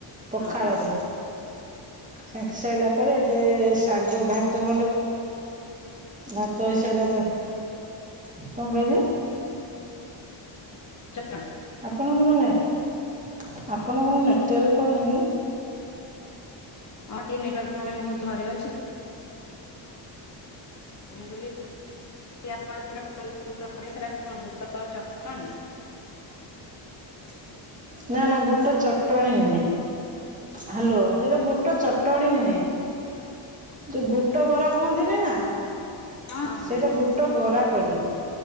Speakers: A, on the right; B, on the left.
A: ପଖାଳରେ।
B: ହଁ ହଁ
A: ସେକି ସାରିଲା ପରେ ଏବେ ଶାଗ ଭାତ ଭାତ ହେଇସାରିଲା ପରେ କଣ କହିଲେ?
B: <unintelligible>
A: ଆପଣଙ୍କର ନୁ ଏଆପଣଙ୍କର ନେଟୱାର୍କ ନେଇ।
B: ହଁ ଟିକେ ନେଟୱାର୍ ପ୍ରୋବ୍ଲେମ ହଉଛି ଘରେ ଅଛି। ମୁକଲି। <unintelligible> ଆପଣଙ୍କ କହିଲେ <inaudible> ସେଟା କଣ ବୁଟ ଚଟଣୀ। <inaudible>
A: ନା ନା ବୁଟ ଚଟଣୀ ନୁହେଁ
B: ହଁ
A: ହ୍ୟାଲୋ ହେରା ବୁଟ ବୁଟ ଚଟଣି ନୁହେଁ। ତ ବୁଟ ବରା କୁହନ୍ତିନି ନା?
B: ହଁ ହଁ
A: ସେଇଟା
B: ହଁ
A: ବୁଟ ବରା କଲି